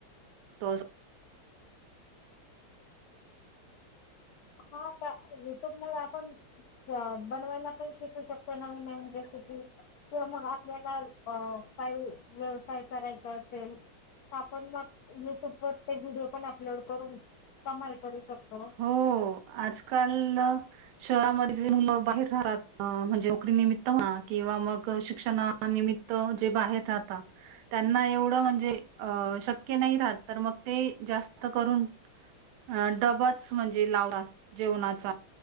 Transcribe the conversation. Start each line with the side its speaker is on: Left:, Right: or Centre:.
Right: तो.
Left: हा का युट्यूब मुळं आपण बनवायला पण शिकू शकतो न. ते मग आपल्याला काही व्यवसाय करायचा असेल. आपण मग युट्यूब वर ते व्हिडिओ पण अपलोड करून कमाल करू शकतो.
Right: हो आजकाल शहरामध्ये जे मुल बाहेर राहतात म्हणजे नोकरी निमित. किंवा म शिक्षणा निमित जे बाहेर राहत त्यांना एवढं म्हणजे. सक्य नाही राहत मग ते जास्त करून आ डा म्हणजे जेवनाचा